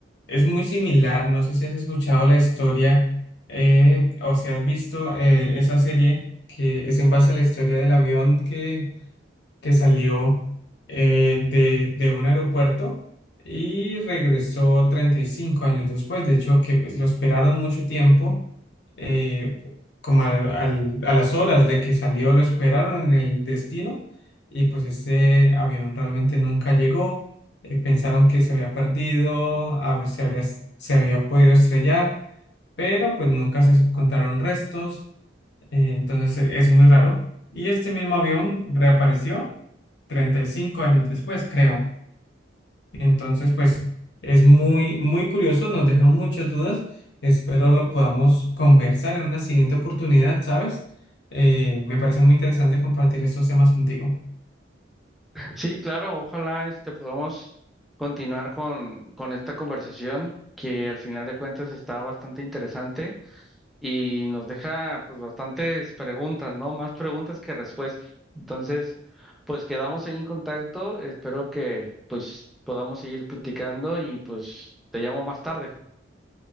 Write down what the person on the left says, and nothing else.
es muy similar, no sé si has escuchado la historia eh, o si has visto eh, esa serie que es en base a la historia del avión que, que salió eh, de, de un aeropuerto y regresó 35 años después. De hecho, que pues, lo esperaron mucho tiempo, eh, como al- al- a las horas de que salió, lo esperaron en el destino y pues este avión realmente nunca llegó. Eh, pensaron que se había perdido, a- se habría, se había podido estrellar pero pues nunca se encontraron restos, eh, entonces eh, es muy raro. Y este mismo avión reapareció 35 años después, creo. Entonces, pues es muy, muy curioso, nos deja muchas dudas. Espero lo podamos conversar en una siguiente oportunidad, ¿sabes? Eh, me parece muy interesante compartir estos temas contigo.